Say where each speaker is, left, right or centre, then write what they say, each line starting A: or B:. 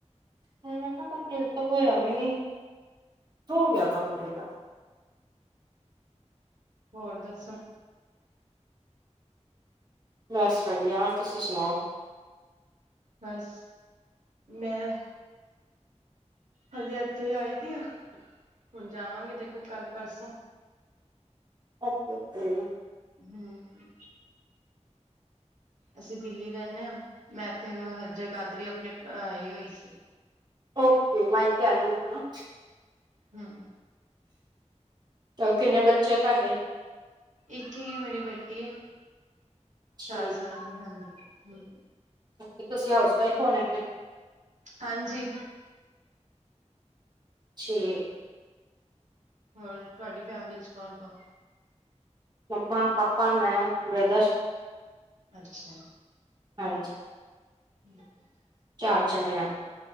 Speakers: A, on the right; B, on the right.
A: ਮੈ ਕਿਆ ਕੰਪਲੀਟ ਤਾਂ ਹੋਇਆ ਵੀ ਨੀ, ਹੋ ਗਿਆ ਕੰਪਲੀਟ।
B: ਹੋਰ ਦੱਸੋ?
A: ਬਸ ਵਧੀਆ ਤੁਸੀਂ ਸੁਣਾਓ?
B: ਬਸ ਮੈਂ ਹਜੇ ਇੱਥੇ ਆਈ ਤੀ ਆਂ ਹੁਣ ਜਾਵਾਂਗੇ ਦੇਖੋ ਕੱਲ ਪਰਸੋਂ
A: ਓਕੇ-ਓਕੇ।
B: ਹੂੰ। ਅਸੀ ਦਿੱਲੀ ਰੈਂਨੇ ਆਂ। ਮੈਂ ਇੱਥੇ ਹ ਹ ਜਗਾਧਰੀ ਆਪਣੇ ਪ ਆਈ ਹੋਈ ਸੀ।
A: ਓਕੇ, ਮਾਈਕੇ ਆਏ ਹੋਈ ਆਂ।
B: ਹੂੰ।
A: ਤੇ ਹੋਰ ਕਿੰਨੇ ਬੱਚੇ ਆ ਤੁਆਡੇ?
B: ਇੱਕ ਹੀ ਮੇਰੀ ਬੇਟੀ ਐ
A: ਠੀਕ
B: ਚਾਰ ਸਾਲ ਦੀ, ਹਾਂਜੀ। ਹੂੰ।
A: <unintelligible> ਤੇ ਤੁਸੀ ਹਾਊਸ ਵਈਫ ਹੋਣੇ ਨੇ।
B: ਹਾਂਜੀ।
A: ਛੇ
B: ਹੋਰ ਤੁਆਡੀ ਫੈਮਲੀ 'ਚ ਕੋਣ-ਕੋਣ?
A: ਮੰਮਾ, ਪਾਪਾ, ਮੈਂ, ਬ੍ਰਦਰ
B: ਅੱਛਾ।
A: ਹਾਂਜੀ।
B: <unintelligible>
A: ਚਾਰ ਜਾਣੇ ਆ।